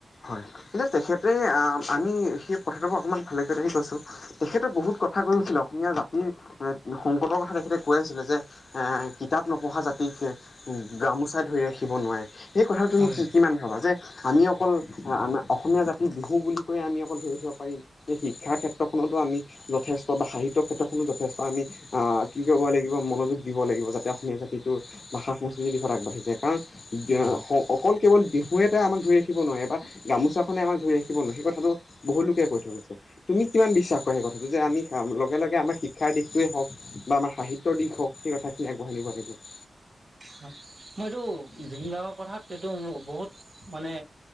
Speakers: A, on the left; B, on the right.
A: হয় এতিয়া তেখেতে আ আমি সেই প্ৰথাটোৰ পৰা অকণমান ভালেকৈ ৰাখি কৈছো তেখেতৰ বহুত কথা কৈছিলে অসমীয়া জাতিৰ সংকটৰ কথা তেখেতে কৈ আছিলে যে এ কিতাপ নপঢ়া জাতিক গামোচা ধৰি ৰাখিব নোৱাৰে সেই কথা তুমি
B: হয়
A: কি কিমান ভাবা যে আমি অকল আমাৰ অসমীয়া জাতি বিহু বুলি কৈয়ে আমি অকল ধৰি ৰাখিব পাৰিম যে শিক্ষাৰ ক্ষেত্ৰখনতো আমি যথেষ্ট বা সাহিত্যৰ ক্ষেত্ৰখনো যথেষ্ট আমি কি কৰিব লাগিব মনোযোগ দিব লাগিব যাতে অসমীয়া জাতিটোৰ ভাষা সংস্কৃতিৰ দিশত আগবাঢ়ি যায় কাৰণ যে
B: হয়
A: অকল কেৱল বিহু এটাই আমাক ধৰি ৰাখিব নোৱাৰে বা গামোচাখনে আমাক ধৰি ৰাখিব নোৱাৰে সেই কথাটো বহু লোকে কৈ থৈ গৈছে তুমি কিমান বিশ্বাস কৰা সেই কথাটো যে আমি লগে লগে আমাৰ শিক্ষাৰ দিশটোৱে হওক বা আমাৰ সাহিত্যৰ দিশ হওক সেই কথাখিনি আগবঢ়াই নিব লাগিব
B: হয় মই এইটো জুবিন গাৰ্গৰ কথাত এইটো বহুত মানে